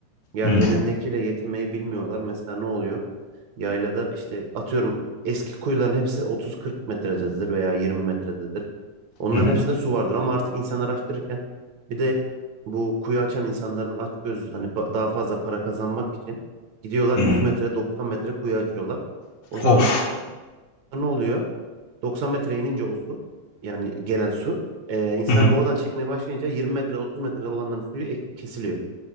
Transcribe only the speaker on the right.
yani
elindekiyle yetinmeyi bilmiyorlar. Mesela ne oluyor? Yaylada işte atıyorum eski kuyuların hepsi 30-40 metrededir veya 20 metrededir. Onların
hepsinde su vardır ama artık insanlar açtırırken bir de bu kuyu açan insanların açgöz hani pa- daha fazla para kazanmak için gidiyorlar
100 metre 90 metre kuyu açıyorlar. O zaman
ne oluyor? 90 metreye inince o su yani gelen su e, insan
oradan çekmeye başlayınca 20 metre 30 metrede olanların suyu ek- kesiliyor.